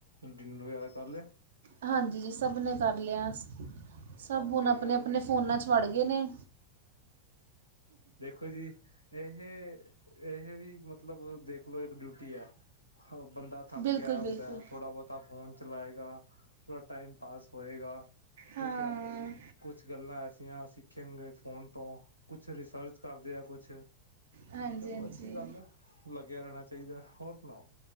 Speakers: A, on the left; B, on the right.
A: ਡਿੱਨਰ ਵਗੈਰਾ ਕਰ ਲੇਐ।
B: ਹਾਂਜੀ ਜੀ ਸਭ ਨੇ ਕਰ ਲਿਆ, ਸਭ
A: ਓਕੇ
B: ਹੁਣ ਆਪਣੇ-ਆਪਣੇ
A: ਵੈਰੀ
B: ਫੋਨਾਂ ਚ ਵੜ ਗਏ ਨੇ।
A: ਦੇਖੋ ਜੀ। ਏਹ-ਏਹ ਵੀ ਮਤਲਬ ਦੇਖ ਲਓ ਇੱਕ ਡਿਊਟੀ ਐ, ਬੰਦਾ। ਥੱਕ
B: ਬਿਲਕੁਲ
A: ਕੇ ਆਇਆ
B: ਬਿਲਕੁਲ
A: ਹੁੰਦਾ, ਥੋੜ੍ਹਾ ਬਹੁਤਾ ਫੋਨ ਚਲਾਏਗਾ, ਥੋੜਾ ਟਾਈਮ ਪਾਸ ਹੋਏਗਾ।
B: ਹਾਂ
A: ਠੀਕ ਹੈ, ਕੁਛ ਗੱਲਾਂ ਐਸੀਆਂ ਸਿੱਖਣਗੇ। ਫੋਨ ਤੋਂ ਕੁਛ ਰਿਸਰਚ ਕਰਦੇ ਆ ਕੁਛ
B: ਹਾਂਜੀ
A: ਚਲੋ
B: ਹਾਂਜੀ
A: ਅੱਛੀ ਗੱਲ ਆ। ਲੱਗਿਆ ਰਹਿਣਾ ਚਾਈਦਾ ਹੋਰ ਸੁਣਾਓ।